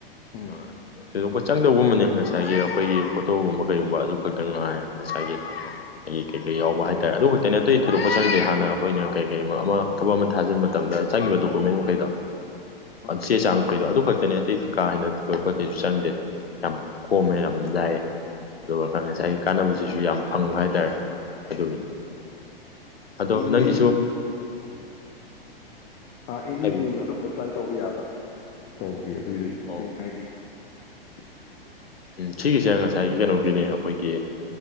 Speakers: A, on the left (about 30°); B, on the left (about 80°).
A: ꯎꯝ
B: ꯃꯥ <inaudible> ꯊꯣꯏꯗꯣꯛꯄ ꯆꯪꯗꯕꯒꯨꯝꯕꯅꯦ ꯉꯁꯥꯏꯒꯤ ꯑꯩꯈꯣꯏꯒꯤ ꯐꯣꯇꯣꯒꯨꯝꯕ ꯀꯩꯒꯨꯝꯕ ꯑꯗꯨ ꯈꯛꯇ ꯉꯥꯏ ꯉꯁꯥꯏꯒꯤ ꯑꯩꯒꯤ ꯀꯩꯀꯩ ꯌꯥꯎꯕ ꯍꯥꯏꯇꯥꯔꯦ ꯑꯗꯨ ꯈꯛꯇꯅꯦ ꯑꯇꯩ ꯊꯣꯏꯗꯣꯛꯄ ꯆꯪꯗꯦ ꯍꯥꯟꯅ ꯑꯩꯈꯣꯏꯅ ꯀꯩ ꯀꯩ ꯑꯃ ꯊꯕꯛ ꯑꯃ ꯊꯥꯖꯤꯟꯕ ꯃꯇꯝꯗ ꯆꯪꯉꯤꯕ ꯗꯣꯀꯨꯃꯦꯟ ꯃꯈꯩꯗꯣ
A: ꯎꯝ
B: ꯆꯦ ꯆꯥꯡꯃꯈꯩꯗꯣ ꯑꯗꯨ ꯈꯛꯇꯅꯦ ꯑꯇꯩ ꯀꯥ ꯍꯦꯟꯅ ꯊꯣꯏꯗꯣꯛꯄꯗꯤ ꯀꯩꯁꯨ ꯆꯪꯗꯦ ꯌꯥꯝ ꯀꯣꯃꯦ ꯌꯥꯝ ꯂꯥꯏ ꯑꯗꯨꯒ ꯉꯁꯥꯏꯒꯤ ꯀꯥꯅꯕꯁꯤꯁꯨ ꯌꯥꯝ ꯐꯪꯕ ꯍꯥꯏꯇꯥꯔꯦ ꯑꯗꯨꯒꯤꯅꯤ ꯑꯗꯣ
A: ꯑꯦꯅꯤ
B: ꯅꯪꯒꯤꯁꯨ
A: ꯑꯦꯅꯤ
B: ꯍꯥꯏꯕꯤ
A: ꯕꯦꯡ ꯑꯗꯨꯝ ꯑꯦꯄ꯭ꯂꯥꯏ ꯇꯧꯕ ꯌꯥꯕ꯭ꯔꯥ ꯀꯃꯥꯏ ꯇꯧꯒꯦ ꯑꯗꯨꯒꯤ
B: ꯑꯣ
A: ꯕꯦꯡ ꯍꯥꯏꯗꯤ ꯀ <unintelligible>
B: ꯎꯝ ꯁꯤꯒꯤꯁꯦ ꯉꯁꯥꯏꯒꯤ ꯀꯩꯅꯣꯒꯤꯅꯦ ꯑꯩꯈꯣꯏꯒꯤ